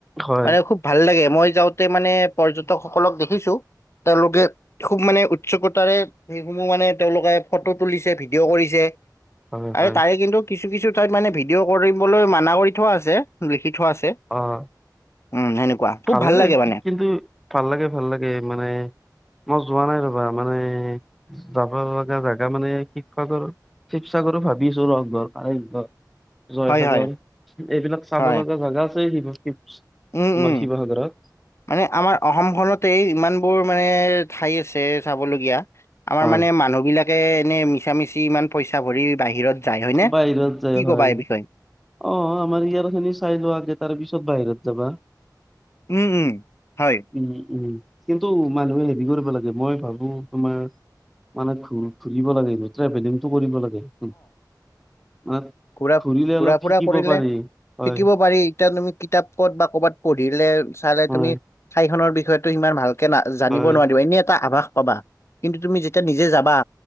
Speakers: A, in the centre; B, on the left.
A: হয়
B: মানে খুব ভাল লাগে, মই যাওঁতে মানে পৰ্যটকসকলক দেখিছো, তেওঁলোকে খুব মানে উৎসুকতাৰে সেইসমূহ মানে তেওঁলোকে ফটো তুলিছে ভিডিঅ' কৰিছে,
A: হয়
B: আৰু
A: হয়
B: তাই কিন্তু কিছু কিছু ঠাইত মানে ভিডিঅ' কৰিবলৈ মানা কৰি থোৱা আছে লিখি থোৱা আছে।
A: অঁ
B: উম সেনেকুৱা। খুব
A: ভালে
B: ভাল
A: লাগে
B: মানে।
A: কিন্তু ভাল লাগে ভাল লাগে মানে মই যোৱা নাই ৰবা মানে যাব লগা জেগা মানে শিক্ষকৰ শিৱসাগৰ কৰ ভাবিছো ৰ ঘৰ কাৰ <unintelligible> জয়সাগৰ
B: হয়, হয়,
A: এইবিলাক চাব
B: হয়।
A: লগা জাগা আছে শিৱসাগত।
B: উম উম।
A: শিৱসাগৰত।
B: মানে আমাৰ অসমখনতে ইমান বোৰ মানে ঠাই আছে চাবলগীয়া আমাৰ
A: হয়।
B: মানে মানুহ বিলাকে এনে মিছা মিচি ইমান পইচা ভৰি বাহিৰত যাই হয়নে
A: বাহিৰত যায়
B: কি
A: হয়
B: কবা এই বিষয়ে?
A: অ আমাৰ ইয়াৰ খিনি চাই লোৱা আগে তাৰ পিছত বাহিৰত যাবা।
B: উম উম হয়।
A: উম উম কিন্তু মানুহে হেৰি কৰিব লাগে মই ভাবো তোমাৰ মানে ফুৰিব লাগে ট্ৰেভেলিংটো কৰিব লাগে মানে
B: পুৰা
A: ঘুৰিলে অলপ
B: পুৰা ফুৰা
A: শিকিব
B: কৰিলে
A: পাৰি হয়
B: শিকিব পাৰি এতিয়া তুমি কিতাপত বা ক'ৰবাত পঢ়িলে চালে
A: হয়
B: তুমি, ঠাইখনৰ বিষয়েতো সিমান ভালকে না জানিব
A: হয়
B: নোৱাৰিবা এনে এটা আভাস পাবা। কিন্তু তুমি যেতিয়া নিজে যাবা